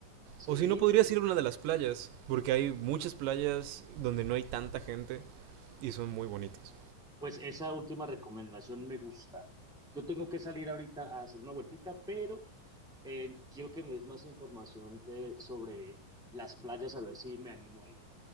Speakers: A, in the centre; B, on the right (about 80°).
A: Sí.
B: O si no, podrías ir a una de las playas, porque hay muchas playas donde no hay tanta gente y son muy bonitas.
A: Pues esa última recomendación me gusta. Yo tengo que salir ahorita a hacer una vueltita, pero eh, quiero que me des más información de- sobre las playas, a ver si me animo a ir.